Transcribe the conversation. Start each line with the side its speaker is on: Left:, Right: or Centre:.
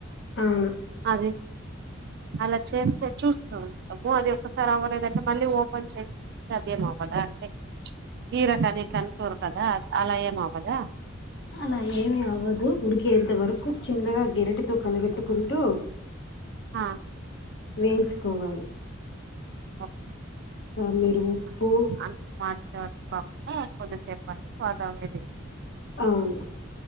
Left: అవును
Right: అది అలా చేస్తే చూస్తూ ఉంటాము అది ఒకసారి అవ్వ లేదు అంటే మళ్ళీ ఓపెన్ చేసి <unintelligible> అంటే <unintelligible> ఉడకదా కదా అలా ఏం‌ అవ్వదా.
Left: అలా ఏమి అవ్వదు ఉడుకెంత వరకు చిన్నగా గెరిటతో కలబెట్టుకుంటూ
Right: ఆ
Left: వేయించుకోవాలి.
Right: ఆ
Left: <unintelligible> మీరు. ఉప్పు
Right: <unintelligible>
Left: అవును.